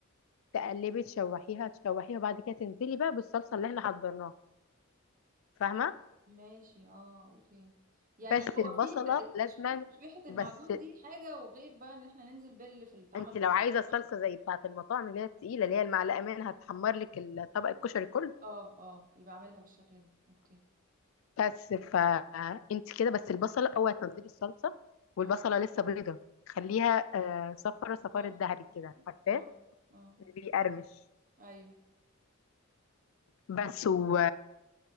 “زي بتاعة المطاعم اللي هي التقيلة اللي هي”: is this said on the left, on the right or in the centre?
Left